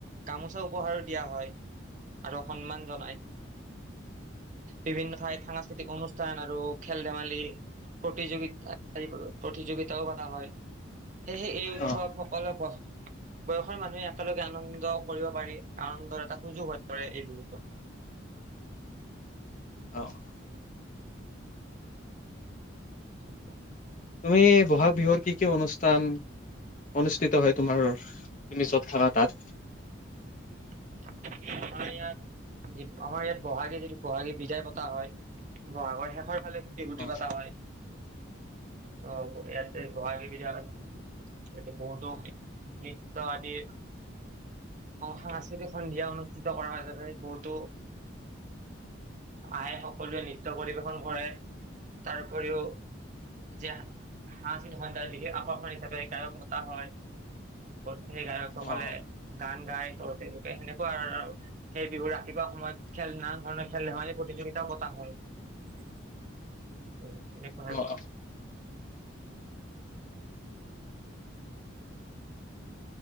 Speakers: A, on the right; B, on the left.
A: গামোচা উপহাৰো দিয়া হয় আৰু সন্মান জনাই। বিভিন্ন ঠাইত সাংস্কৃতিক অনুষ্ঠান আৰু খেল ধেমালি প্ৰতিযোগিতা। প্ৰতিযোগিতাও পতা হয় সেয়েহে এই উৎসৱত
B: অ
A: সকলোৱে বয়সৰ মানুহে একেলগে আনন্দ কৰিব পাৰি, আনন্দৰ এটা সুযোগ হৈ পৰে এই বিহুতো। <inaudible>
B: অ- অ।
A: <inaudible>
B: তুমি বহাগ বিহুৰ কি - কি অনুষ্ঠান অনুষ্ঠিত হয় তোমাৰ তুমি যত থাকা? তাত
A: আমাৰ ইয়াত আমাৰ ইয়াত বহাগী যদি বহাগী বিদায় পতা হয়। বহাগৰ শেষৰ ফালে খুটি
B: অ
A: পতা হয়। ত' ইয়াতে বহাগী <unintelligible> এতে বহুতো নৃত্য আদিৰ সাংস্কৃতি আছে। সন্ধিয়া অনুষ্ঠিত কৰা হয় তাতে বহুতো আহে সকলোৱে নৃত্য পৰিবেশন কৰে তাৰ উপৰিও যে সাংস্কৃতিক সন্ধিয়াৰ বিশেষ আকৰ্ষণ হিচাপে গায়ক মতা হয়। সেই গায়কসকলে
B: অ
A: গান গায় ত সেনেকুৱা আৰু সেই বিহু ৰাতিপুৱা সময়ত খেল নানান ধৰণৰ খেল ধেমালি প্ৰতিযোগিতাও পতা হয়। <unintelligible> তেনেকুৱা
B: অ',
A: আৰু